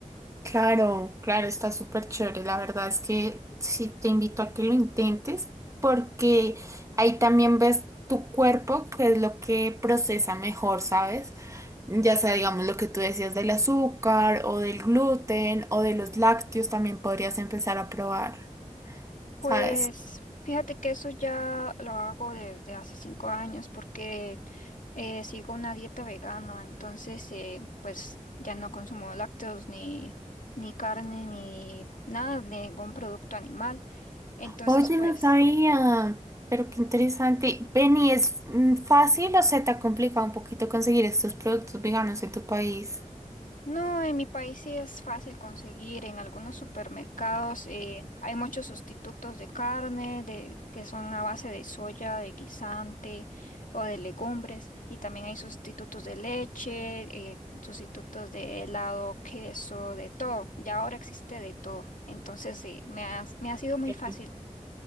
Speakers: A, on the right; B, on the left.
A: Claro, claro, está súper chévere. La verdad es que sí te invito a que lo intentes porque ahí también ves tu cuerpo, que es lo que procesa mejor, ¿sabes? Ya sea, digamos, lo que tú decías del azúcar o del gluten o de los lácteos, también podrías empezar a probar,
B: Pues
A: ¿sabes?
B: fíjate que eso ya lo hago desde hace cinco años porque eh, sigo una dieta vegana, entonces eh, pues ya no consumo lácteos ni, ni carne ni nada, ningún producto animal. Entonces
A: Oye,
B: pues
A: no sabía, pero qué interesante. Benny, ¿es mm, fácil o se te ha complicado un poquito conseguir estos productos veganos en tu país?
B: No, en mi país sí es fácil conseguir. En algunos supermercados eh, hay muchos sustitutos de carne de, que son a base de soya, de guisante o de legumbres. Y también hay sustitutos de leche, eh, sustitutos de helado, queso, de todo. Ya ahora existe de todo. Entonces sí, me ha, me ha sido muy
A: Eh,
B: fácil.